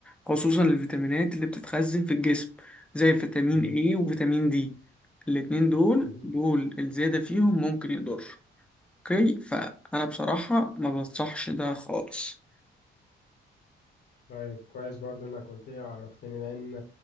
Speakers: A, in the centre; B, on the left (about 65°).
A: خصوصا الفيتامينات اللي بتتخزن في الجسم زي فيتامين
B: مهم.
A: A وفيتامين D الاتنين دول
B: مهم.
A: دول الزيادة فيهم ممكن يضر اوكي فأنا بصراحة ما بنصحش ده خالص
B: طيب كويس برضه إنك قلت لي عرفتني لأن